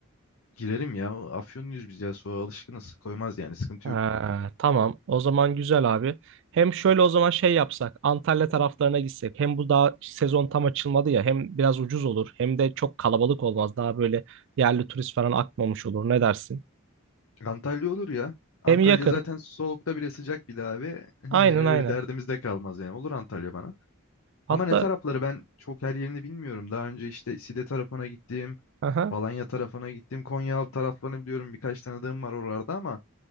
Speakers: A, on the left; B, on the right.
A: Girerim ya. Afyonluyuz biz ya. Soğuğa alışkınız. Koymaz yani. Sıkıntı
B: Ha,
A: yok.
B: tamam. O zaman güzel abi. Hem şöyle o zaman şey yapsak. Antalya taraflarına gitsek. Hem bu daha sezon tam açılmadı ya. Hem biraz ucuz olur. Hem de çok kalabalık olmaz. Daha böyle yerli turist falan akmamış olur. Ne dersin?
A: Antalya olur ya. Antalya
B: Hem yakın.
A: zaten soğukta bile sıcak bir de abi. <laughs> Hani
B: Aynen
A: öyle
B: aynen.
A: bir derdimiz de kalmaz yani. Olur Antalya bana.
B: Hatta
A: Ama ne tarafları ben çok her yerini bilmiyorum. Daha önce işte Side tarafına gittim.
B: aha.
A: Alanya tarafına gittim. Konyaaltı taraflarını biliyorum. Birkaç tanıdığım var oralarda ama